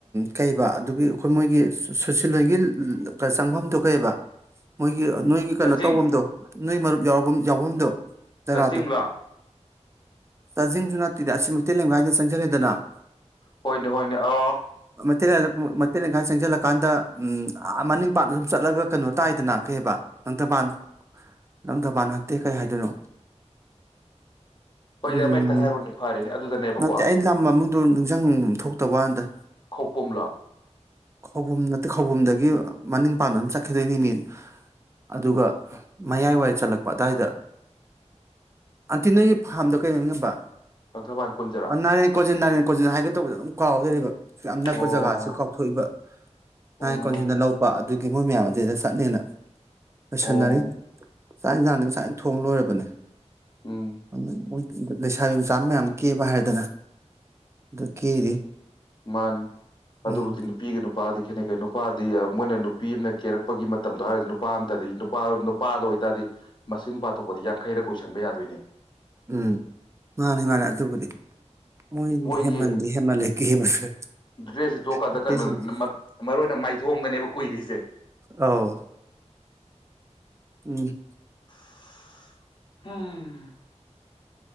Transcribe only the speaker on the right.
ꯀꯩꯕ ꯑꯗꯨꯒꯤ ꯑꯩꯈꯣꯏ ꯃꯣꯏꯒꯤ ꯁꯨꯁꯤꯜꯍꯣꯏꯒꯤ ꯆꯪꯐꯝꯗꯨ ꯀꯩꯕ ꯃꯣꯏꯒꯤ ꯅꯣꯏꯒꯤ ꯀꯩꯅꯣ
ꯇꯧꯐꯝꯗꯣ ꯅꯣꯏ ꯃꯔꯨꯞ ꯌꯥꯎ ꯌꯥꯎꯐꯝꯗꯣ ꯖꯒꯥꯗꯣ
ꯆꯥꯖꯤꯡꯁꯨ ꯅꯠꯇꯦꯗ ꯑꯁꯤꯃꯛ ꯅꯠꯇꯦ ꯅꯪ ꯍꯥꯏꯗꯨ ꯆꯪꯁꯤꯜꯂꯦꯗ ꯅꯪ
ꯦꯜ ꯃꯇꯦꯜ ꯂꯩꯈꯥꯏ ꯆꯪꯁꯤꯜꯂꯀꯥꯟꯗ ꯎ ꯃꯅꯤꯡ ꯄꯥꯅ ꯁꯨꯝ ꯆꯠꯂꯒ ꯀꯩꯅꯣ ꯇꯥꯏꯗꯅ ꯀꯩꯕ ꯅꯪꯊꯕꯥꯟ ꯅꯪꯗꯕꯥꯅꯍꯟꯠꯇꯦ ꯀꯩ ꯍꯥꯏꯗꯣꯏꯅꯣ
ꯎꯝ
ꯅꯠꯇꯦ ꯑꯩꯅ ꯂꯝ ꯃꯃꯤꯡꯗꯣ ꯅꯤꯡꯖꯪꯉꯦ ꯊꯣꯛꯇꯕ ꯋꯥꯅꯤꯗ
ꯈꯧꯄꯨꯝ ꯅꯠꯇꯦ ꯈꯧꯄꯨꯝꯗꯒꯤ ꯃꯅꯤꯡ ꯄꯥꯡꯅ ꯑꯗꯨꯝ ꯆꯠꯈꯤꯗꯣꯏꯅꯤ ꯃꯤ ꯑꯗꯨꯒ ꯃꯌꯥꯏ ꯋꯥꯏ ꯆꯜꯂꯛꯄ ꯑꯗꯨꯋꯥꯏꯗ ꯑꯟꯇꯤ ꯅꯣꯏꯒꯤ ꯐꯥꯝꯗꯣ ꯀꯩꯅꯣꯃꯤꯉꯕ
ꯅꯔꯤꯜ ꯀꯣꯟꯖꯤꯜ ꯀꯣꯖꯤꯟ ꯍꯥꯏꯒ ꯇꯧꯕꯗ ꯑꯗꯨꯝ ꯀꯥꯎꯗ ꯂꯩꯕ ꯌꯥꯝ ꯅꯛꯄ
ꯖꯒꯥꯁꯤ ꯀꯥꯎꯊꯣꯛꯏꯕ ꯉꯥꯏꯀꯣꯟꯁꯤꯟꯗ
ꯂꯧꯕ ꯑꯗꯨ ꯒꯤ ꯃꯣꯏ ꯃꯌꯥꯝ ꯑꯗꯩꯗ ꯆꯠꯅꯦꯅ ꯂꯣꯏꯁꯟꯅꯔꯤ
ꯆꯥꯛ ꯌꯦꯟꯖꯥꯡꯅꯤ ꯉꯁꯥꯏꯅ ꯊꯣꯡ ꯂꯣꯏꯔꯕꯅꯦ
ꯑꯣꯏ ꯂꯩꯁꯥꯕꯤ ꯃꯆꯥ ꯃꯌꯥꯝ ꯀꯦꯕ ꯍꯥꯏꯗꯅ ꯑꯗꯨ ꯀꯦꯔꯤ
ꯎꯝ
ꯎꯝ ꯃꯥꯅꯦ ꯃꯥꯅꯦ ꯑꯗꯨꯕꯨꯗꯤ ꯃꯣꯏꯗꯤ
ꯍꯦꯃꯟꯗꯤ ꯍꯦꯃꯜꯂꯦ ꯀꯦꯕꯁꯦ
ꯅꯨꯄꯤꯁꯤꯡꯁꯦ
ꯑꯧ ꯎꯝ